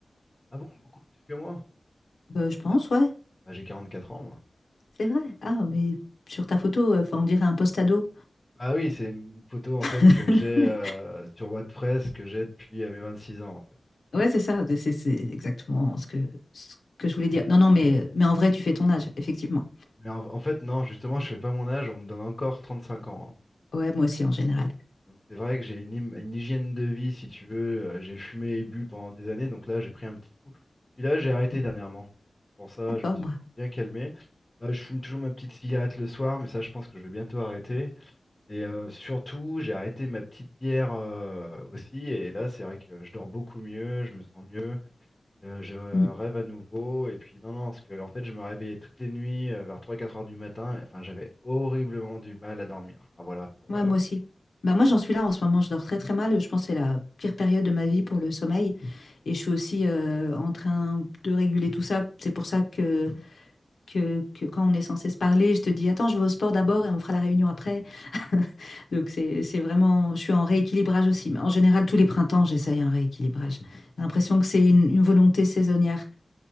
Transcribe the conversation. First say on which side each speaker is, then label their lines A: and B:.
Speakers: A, on the left (about 20°); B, on the left (about 80°).
A: Ah bon, beaucoup plus que moi?
B: Bah,
A: Attends,
B: je pense,
A: euh,
B: ouais,
A: bah, j'ai 44 ans, moi.
B: c'est vrai. Ah, mais sur ta photo, euh, enfin, on dirait un post-ado.
A: Ah oui, c'est une photo en
B: <laughs>
A: fait que j'ai euh, sur WordPress que j'ai depuis euh, mes 26 ans en fait.
B: Ouais, c'est ça, c'est c'est exactement ce que, ce que je voulais dire. Non, non, mais, mais en vrai, tu fais ton âge, effectivement.
A: Mais en, en fait, non, justement, je fais pas mon âge, on me donne encore 35 ans. hein.
B: Ouais, moi aussi, en général.
A: Donc c'est vrai que j'ai une, hym- une hygiène de vie, si tu veux. euh, J'ai fumé et bu pendant des années, donc là, j'ai pris un petit coup. Puis là, j'ai arrêté
B: Mm.
A: dernièrement. Pour ça,
B: D'accord,
A: je me suis
B: moi.
A: bien calmé. Bah, je fume toujours ma petite cigarette le soir, mais ça, je pense que je vais bientôt arrêter. Et euh, surtout, j'ai arrêté ma petite bière euh, aussi. Et là, c'est vrai que je dors beaucoup mieux, je me sens mieux, euh, je rêve
B: Mm.
A: à nouveau. Et puis, non, non, parce que en fait, je me réveillais toutes les nuits euh, vers trois quatre heures du matin. et, Enfin, j'avais horriblement du mal à dormir. Enfin, voilà. Pour,
B: Ouais,
A: la-
B: moi aussi. Bah, moi, j'en suis là en ce moment, je dors très très mal. Je pense que c'est la pire période de ma vie pour le sommeil. Et je suis aussi euh, en train de réguler tout ça. C'est pour ça que que, que quand on est censé se parler, je te dis, attends, je vais au sport d'abord et on fera la réunion après. <laughs> Donc c'est, c'est vraiment, je suis en rééquilibrage aussi. Mais En général, tous les printemps, j'essaye un rééquilibrage. J'ai l'impression que c'est une, une volonté saisonnière.